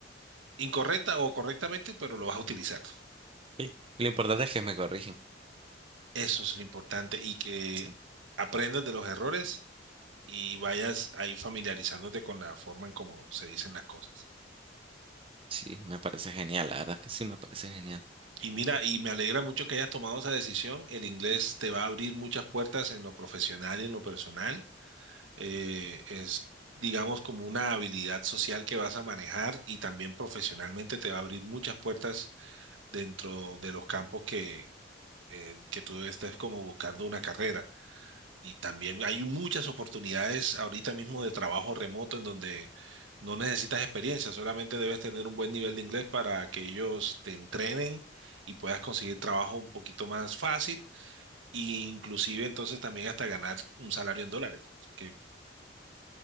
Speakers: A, on the right; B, on the right.
A: incorrecta o correctamente, pero lo vas a utilizar.
B: Sí. Lo importante es que me corrigen.
A: Eso es lo importante y que
B: Sí,
A: aprendas de los errores y vayas ahí familiarizándote con la forma en cómo se dicen las cosas.
B: sí, me parece genial, la verdad que sí, me parece genial.
A: Y mira, y me alegra mucho que hayas tomado esa decisión. El inglés te va a abrir muchas puertas en lo profesional y en lo personal eh, es, digamos, como una habilidad social que vas a manejar y también profesionalmente te va a abrir muchas puertas dentro de los campos que, eh, que tú estés como buscando una carrera. Y también hay muchas oportunidades ahorita mismo de trabajo remoto en donde no necesitas experiencia, solamente debes tener un buen nivel de inglés para que ellos te entrenen y puedas conseguir trabajo un poquito más fácil. E inclusive entonces también hasta ganar un salario en dólares. Así que,